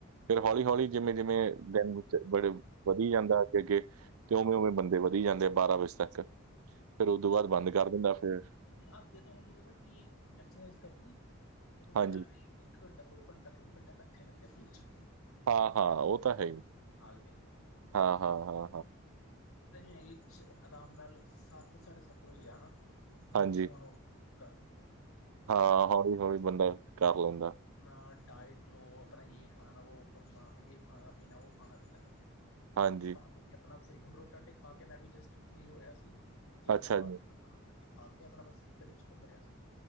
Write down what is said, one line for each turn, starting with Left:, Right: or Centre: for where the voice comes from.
Right: ਫਿਰ ਹੌਲੀ-ਹੌਲੀ ਜਿਵੇਂ-ਜਿਵੇਂ ਦਿਨ ਵਿੱਚ ਬੜੇ ਵਧੀ ਜਾਂਦਾ ਅੱਗੇ-ਅੱਗੇ। ਤੇ ਉਵੇਂ-ਉਵੇਂ ਬੰਦੇ ਵਧੀ ਜਾਂਦੇ ਆ ਬਾਰਾਂ ਵਜੇ ਤੱਕ ਫੇਰ ਉਹਦੋਂ ਬਾਦ ਬੰਦ ਕਰ ਦਿੰਦਾ ਫੇਰ
Left: ਅੱਦੇ ਤੁਹਾਨੂੰ ਕੀ ਪਤਾ ਕੀ ਐਕਸਰਸਾਈਜ਼ ਕਰਨ ਦੀ‌ ਓ
Right: ਹਾਂਜੀ
Left: ਐਲੇ ਈ- ਇੱਕ ਘੰਟਾ-ਦੋ ਘੰਟਾ-ਤਿੰਨ ਘੰਟਾ ਇਕੱਠੇ ਰਹਿੰਦੇ ਫ੍ਰੀ ਚ
Right: ਹਾਂ-ਹਾਂ ਓ ਤਾ ਹੈ ਹੀ
Left: ਨਾਲ
Right: ਹਾਂ-ਹਾਂ-ਹਾਂ।
Left: ਤਾਂ ਹੈਗੀ ਆਰਾਮ ਨਾਲ ਸੱਤ-ਸਾਢੇ ਸੱਤ ਵਜੇ ਜਾਣਾ ਨੌ-ਸਵਾ
Right: ਹਾਂਜੀ
Left: ਨੌ ਕੱਰ ਪੁਰੇ।
Right: ਹਾਂ ਹੋੌਲੀ-ਹੌਲੀ ਬੰਦਾ ਕਰ ਲੈਂਦਾ।
Left: ਆਪਣਾ ਡਾਇਟ ਲੋ ਆਪਣਾ ਯੇ ਖਾਣਾ ਵੋ ਕਰਨਾ ਏ ਖਾਣਾ- ਪੀਣਾ ਓ ਖਾਣਾ-ਪੀਣਾ ਖਾ-ਪੀ
Right: ਹਾਂਜੀ,
Left: ਕੇ ਆਪਣਾ ਫ੍ਰੀ ਹੁਣ ਰੋਟੀ-ਰਾਟੀ ਖਾ ਕੇ ਮੈਂ ਵੀ ਜਸਟ ਫ੍ਰੀ ਹੋਯਾ ਸੀ। ਜਿੰਮ
Right: ਅੱਛਾ
Left: ਤੋਂ ਆ
Right: ਜੀ,
Left: ਕੇ ਰੋਟੀ-ਰਾਟੀ ਖਾ ਕੇ ਆਪਣਾ ਬਸ ਗਲੀ ਚ ਕੁਮ ਰੇਆ ਸੀ।